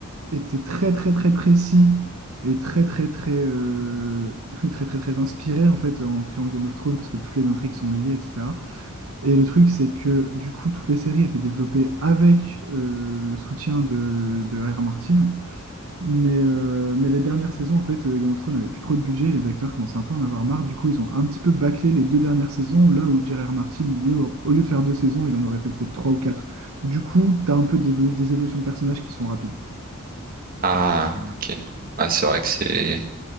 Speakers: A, on the right; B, on the right.
A: était très très très précis et très très très euh, <laughs> très très très inspiré en fait en créant Game of Thrones parce que toutes les intrigues sont liées etc. Et le truc c'est que du coup toutes les séries étaient développées avec euh, le soutien de, de R. R. Martin mais, euh, mais les dernières saisons en fait euh, Game of Thrones n'avait plus trop de budget les acteurs commençaient un peu à en avoir marre du coup ils ont un petit peu bâclé les deux dernières saisons là où J.R.R. Martin lui, au au lieu de faire deux saisons il en aurait fait peut-être trois ou quatre du coup t'as un peu d'évolu- des évolutions de personnages qui sont rapides
B: Ah, ok. Ah, c'est vrai que c'est...